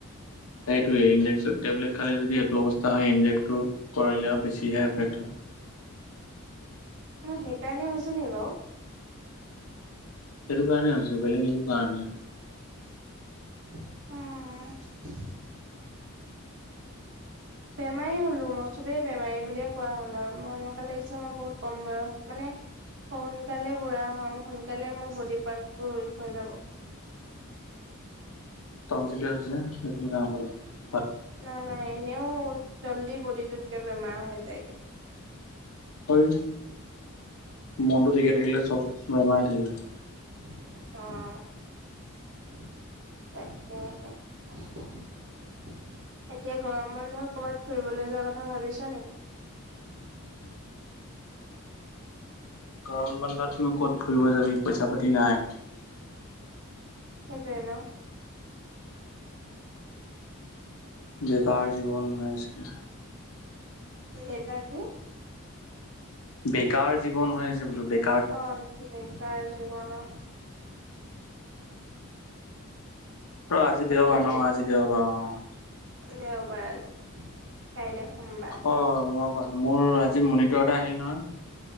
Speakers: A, on the left; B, on the right.
A: সেইটোয়ে ইনজে, টেবলেট খালে যদি এইটো অৱস্থা হয় ইনজেকটো। কৰিলে আৰু বেছিহে এফেক্ট হব।
B: অ' সেইকাৰণে হৈছে নি বাউ?
A: এইটো কাৰণে হৈছে, বেলেগ একো কাৰণ নাই।
B: <unintelligible> বেমাৰি হ'লো মই, চবেই বেমাই বুলিয়ে কোৱা হ'ল আৰু, মোৰ এনেকুৱা লাগিছে মই বহুত কম বয়সত মানে সোনকালে বুৰা হ'ম, সোনকালে মোৰ বডী পাৰ্টছ বোৰ উইক হৈ যাব।
A: তন্ছিলহে হৈছে, একো ডাঙ কথা নহয়।
B: নহয় নই, এনেও জল্দি বডিটোতকে বেমাৰ হৈ যায়গে।
A: থৈ, মনটো ঠিকে থাকিলে চব বেমাৰ থিক হৈ যায়।
B: <unintelligible> অ', অ'। তাকে তাকে <unintelligible> এতিয়া গৰম বন্ধ, ক'বাত ফুৰিবলে যোৱা কথা ভাবিছা নেকি।
A: গৰম বন্ধতনো ক'ত ফুৰিব যাবি, পইচা পাতি নাই।
B: সেতোৱে ন।
A: বেকাৰ জীৱন হৈ আছে।
B: ডেটা কি?
A: বেকাৰ জীৱন হৈ আছে বোলো বেক
B: অ', বেকাৰ জীৱন অ'।
A: ৰ আজি দেওবাৰ
B: বাজেট
A: ন? আজি দেওবাৰ অ'।
B: দেওবাৰ আজি। কাইলৈ সোমবাৰ
A: অ', মই কহ মোৰ আজি মনিটৰ এটা আহিল নহয়।